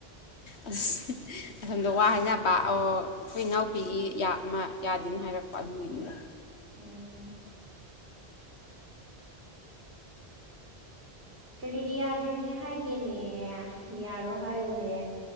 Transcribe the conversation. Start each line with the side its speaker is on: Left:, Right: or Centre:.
Left: ꯑ ꯑꯁꯣꯝꯗ ꯋꯥ ꯍꯥꯏꯅꯕ ꯑꯣ ꯑꯩꯈꯣꯏ ꯏꯅꯥꯎꯄꯤꯒꯤ ꯑꯃ ꯌꯥꯗꯦꯅ ꯍꯥꯏꯔꯛꯄ ꯑꯗꯨꯒꯤꯅꯤꯗꯣ
Right: ꯎꯝ ꯀꯔꯤꯒꯤ ꯌꯥꯗ꯭ꯔꯤꯅꯦ ꯍꯥꯏꯒꯦꯅꯦ ꯌꯥꯔꯣ ꯍꯥꯏꯌꯨꯅꯦ